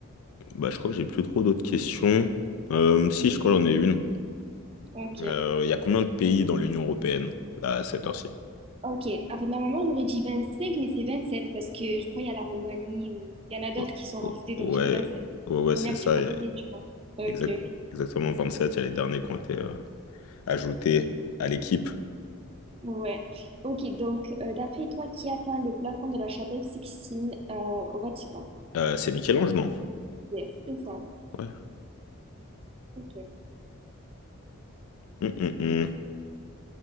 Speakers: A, on the left; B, on the right.
A: bah, je crois que j'ai plus trop d'autres questions. Euh, si, je crois que j'en ai une.
B: ok.
A: Euh, Il y a combien de pays dans l'Union européenne, là, à cette heure-ci?
B: Ok. En fait, normalement, j'aurais dit vingt cinq mais c'est 27 parce que je crois qu'il y a la Roumanie ou il y en a d'autres
A: Ouais,
B: qui sont rajoutés, donc
A: ouais,
B: je dirais sept
A: ouais, ouais,
B: On
A: c'est
B: est actualisé,
A: ça. Il y a
B: tu vois. Ok,
A: exact-
B: ok.
A: exactement 27. Il y a les derniers qui ont été euh, ajoutés à l'équipe.
B: Ouais. Ok, donc, euh, d'après toi, qui a peint le plafond de la chapelle Sixtine euh, au Vatican?
A: Euh, c'est Michel-Ange, non?
B: Yes, c'est ça.
A: Ouais.
B: Ok.
A: Hum, hum, hum.